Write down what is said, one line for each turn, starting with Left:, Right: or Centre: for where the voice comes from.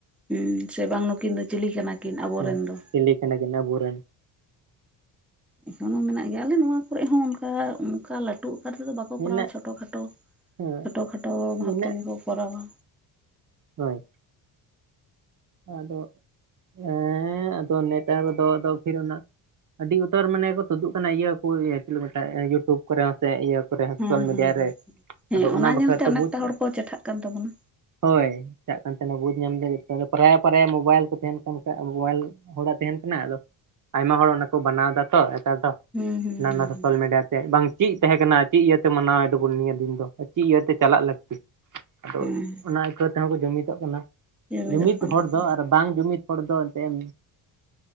Centre: ᱦᱮᱸ ᱥᱮ ᱵᱟᱝ ᱱᱩᱠᱤᱱ ᱫᱚ ᱪᱤᱞᱤ ᱠᱟᱱᱟ ᱠᱤᱱ ᱟᱵᱚᱨ
Right: ᱦᱮᱸ
Centre: ᱨᱮᱱ ᱫᱚ
Right: ᱪᱤᱞᱤ ᱠᱟᱱᱟ ᱠᱤᱱ ᱟᱵᱚᱨᱮᱱ
Centre: ᱮᱠᱷᱚᱱᱳ ᱢᱮᱱᱟᱜ ᱜᱮᱭᱟ ᱟᱞᱮ ᱱᱚᱣᱟ ᱠᱚᱨᱮᱜ ᱦᱚᱸ ᱚᱱᱠᱟ ᱚᱱᱠᱟ ᱞᱟᱹᱴᱩ ᱚᱠᱟᱨ ᱛᱮᱫᱚ ᱵᱟᱠᱚ
Right: ᱢᱮᱱᱟᱜ
Centre: ᱠᱚᱨᱟᱣᱟ ᱪᱷᱳᱴᱳ ᱠᱷᱟᱴᱳ
Right: ᱦᱮᱸ
Centre: ᱠᱷᱳᱴᱳ ᱠᱷᱟᱴᱚ ᱵᱷᱟᱵᱽ
Right: ᱢᱮᱱᱟᱜ
Centre: ᱛᱮᱜᱮ ᱠᱚ ᱠᱚᱨᱟᱣᱟ᱾
Right: ᱦᱳᱭ ᱟᱫᱚ ᱦᱮᱸ ᱟᱫᱚ ᱱᱮᱰᱟ ᱠᱚᱫᱚ ᱟᱫᱚ ᱯᱷᱤᱨᱱᱟ᱾ ᱟᱹᱰᱤ ᱩᱛᱟᱹᱨ ᱢᱟᱱᱮ ᱠᱚ ᱛᱩᱫᱩᱜ ᱠᱟᱱᱟ ᱤᱭᱟᱹ ᱠᱚ <unintelligible> ᱤᱭᱩᱴᱩᱵᱽ ᱠᱚᱨᱮ ᱦᱚᱸ ᱥᱮ ᱤᱭᱟᱹ ᱠᱚᱨᱮ ᱦᱚᱸ
Centre: ᱦᱮᱸ
Right: ᱥᱳᱥᱟᱞ ᱢᱤᱰᱤᱭᱟ
Centre: ᱦᱮᱸ ᱦᱮᱸ
Right: ᱨᱮ
Centre: ᱦᱮᱸ
Right: ᱟᱫᱚ
Centre: ᱚᱱᱟ
Right: ᱵᱟᱠᱷᱨᱟᱛᱮ
Centre: ᱧᱮᱞᱛᱮ ᱚᱱᱮᱠᱴᱟ
Right: ᱵᱩᱡᱽ
Centre: ᱦᱚᱲ ᱠᱚ ᱪᱮᱴᱷᱟᱜ ᱠᱟᱱ ᱛᱟᱵᱚᱱᱟ᱾
Right: ᱦᱳᱭ ᱪᱟᱜ ᱛᱟᱦᱮᱱᱟ ᱵᱩᱡᱽ ᱧᱟᱢ ᱫᱟᱭ᱾ ᱦᱮᱸ ᱵᱟᱨᱭᱟ ᱢᱳᱵᱟᱭᱤᱞ ᱠᱚ ᱛᱟᱦᱮᱸᱱ ᱠᱟᱱ ᱠᱷᱟ ᱢᱳᱵᱟᱭᱤᱞ ᱦᱚᱲᱟᱜ ᱛᱟᱦᱮᱱ ᱠᱟᱱᱟ ᱟᱫᱚ ᱟᱭᱢᱟ ᱦᱚᱲ ᱚᱱᱟᱠᱚ ᱵᱮᱟᱱᱟᱣ ᱮᱫᱟ ᱛᱚ ᱮᱠᱟᱞ ᱛᱚ
Centre: ᱦᱩᱸ ᱦᱩᱸ
Right: ᱚᱱᱟ
Centre: ᱦᱩᱸ
Right: ᱥᱳᱥᱟᱞ
Centre: ᱦᱩᱸ
Right: ᱢᱤᱰᱤᱭᱟ ᱛᱮ ᱵᱟᱝ ᱪᱤᱫ ᱛᱮᱦᱮᱸ ᱠᱟᱱᱟ ᱪᱤᱫ ᱤᱭᱟᱹᱛᱮ ᱢᱟᱱᱟᱣ ᱫᱚᱵᱚᱱ ᱱᱤᱭᱟᱹ ᱫᱤᱱ ᱫᱚ ᱪᱮᱫ ᱤᱭᱟᱹᱛᱮ ᱪᱟᱞᱟᱜ ᱞᱟᱹᱠᱛᱤ? ᱟᱫᱚ
Centre: ᱦᱮᱸ
Right: ᱚᱱᱟ ᱟᱹᱭᱠᱟᱹᱣ ᱛᱮᱦᱚᱸ ᱠᱚ ᱡᱩᱢᱤᱫᱚᱜ ᱠᱟᱱᱟ
Centre: ᱡᱩᱢᱤᱫᱚᱜ
Right: ᱡᱩᱢᱤᱫ
Centre: ᱠᱟᱱᱟ
Right: ᱦᱚᱲ
Centre: ᱠᱚ
Right: ᱫᱚ ᱟᱨ ᱵᱟᱝ ᱡᱩᱢᱤᱫ ᱦᱚᱲ ᱫᱚ ᱫᱮᱢ